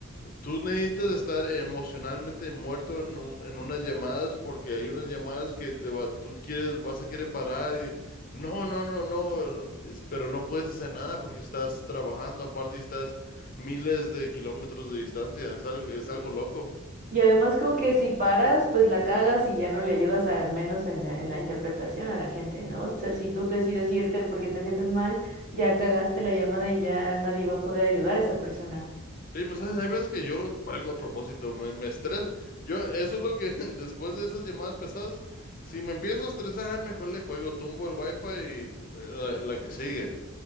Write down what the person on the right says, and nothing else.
Y además como que si paras, pues la cagas y ya no le ayudas al menos en la, en la interpretación a la gente, ¿no? O sea, si tú decides irte porque te sientes mal, ya cagaste la llamada y ya nadie va a poder ayudar a esa persona.